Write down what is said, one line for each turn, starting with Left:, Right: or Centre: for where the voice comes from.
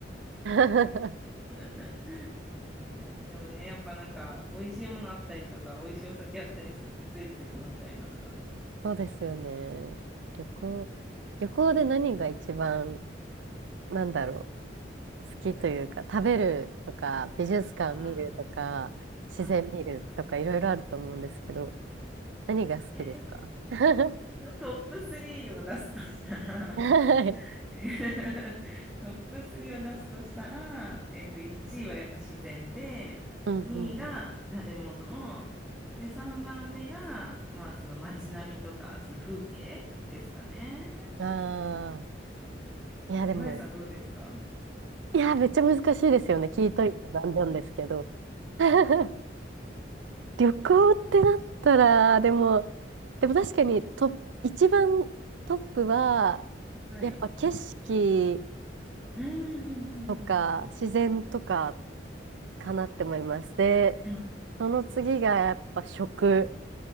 Right: ー。<laughs>
Centre: <laughs> そうなんです。でもね、やっぱなんか、美味しいものあったりとか、美味しいお酒あったりすると、ついつい飲んじゃいました。
Right: そうですよね。旅行、
Centre: はい
Right: 旅行で何が一番、なんだろう。好きというか、食べるとか、美術館見るとか、
Centre: あ
Right: 自然見るとか、
Centre: あ、あー
Right: いろいろあると思うんですけど、何が好きですか
Centre: え
Right: <laughs>
Centre: ートップ3を出すとしたら
Right: はい
Centre: <laughs> トップ3を出すとしたら、えっと、1位はやっぱ自然で、
Right: うんうんう
Centre: 2位が食べ物、で、3番目が、まあ、その街並みとか、その風景ですかね。
Right: ん。あ
Centre: うんえ、
Right: あ、いや、でも、
Centre: まゆさんどうですか
Right: いや、めっちゃ難しいですよね。聞いといてなんなんですけど。<laughs> 旅行ってなったら、でも、でも確かにトップ、一番トップは、
Centre: はい。
Right: やっぱ景色
Centre: うんうんうん
Right: とか自然とかかなって思います。で、
Centre: うん
Right: その次がやっぱ食。